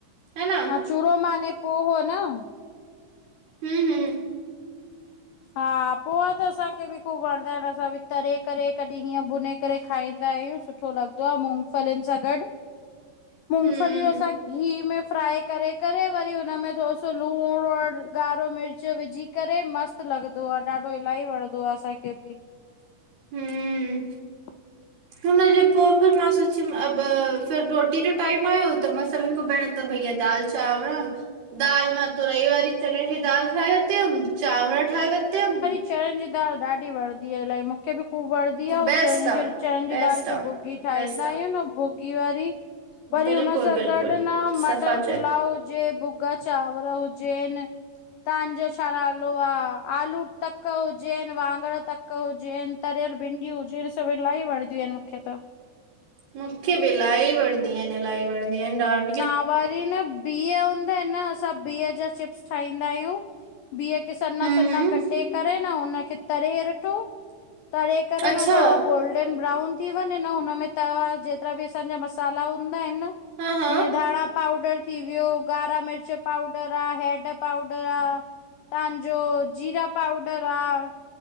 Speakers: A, on the right; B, on the left.
A: है न।
B: हा चूरो मानें, पोहो न?
A: हूं हूं
B: हा, पोहा त असांखे बि खूब वणदा एन, असां बि तरे करे कॾी हीअं भुने करे, खाईंदायूं। सुठो लॻदो आ मूंगफलिन सां गॾ, मूंगफल्यूं
A: हम
B: असां घी में फ्राई करे करे, वरी हुन में थोरो सो लूण और ॻारो मिर्च विझी करे मस्त लॻदो आ, ॾाढो इलाही वणदो आ असांखे बि।
A: हूं
B: <inaudible>
A: हुनजे पो, फिर मां सोच्युम, अब फिर रोटी जो टाइम आयो, त मां सभिन खां पहिरूं त भइया दाल चांवर, दाल मां तुरई वारी चणे जी दाल, ठाए वतीयम। चांवर ठाए वत्यम।
B: चणन जी दाल ॾाढी वणदी आए, इल्हाई मूंखे मुखे बि ख़ूॿ वणदी आ, अंउं
A: बेस्ट
B: चणन खे
A: आ
B: चणन जी
A: बेस्ट
B: दाल खे
A: आ
B: भुॻी ठाईंदायूं
A: बेस्ट आ
B: न भुॻी वारी।
A: बिल्कुलु
B: वरी हुनसां
A: बिल्कुलु
B: ॻॾ न,
A: सफ़ाचर
B: मटर पुलाव हुजे, भुॻ भुॻा चांवर हुजेन, तांजो छा नाल हा, आलू तक हुजेन, वांङण तक हुजेन, तरयल भिंड्यूं हुजेन, सभ इलाही वण दी एन, मुखे त।
A: मुखे बि, इलाही वणदी एन, इलाही वणदी एन, ॾाढ
B: हा, वरी न बिह हूंदा इन न, असां बिह जा चिप्स ठाईंदायूं। बीह खे सन्ना
A: हम्म
B: सन्ना
A: हम्म,
B: कटे करे न, उनखे तरे रिठो। तरे करे
A: अच्छा
B: न थोड़ो गोल्ड डन ब्राउन थी वंञें न, हुन में तवे वारा जेतरा बि असांजा मसाला हूंदा इन
A: हां हां
B: जींअं धाणा पाउडर थी व्यो ॻारा मिर्च पाउडर आ, हैड पाउडर आ। तांजो जीरा पाउडर आ,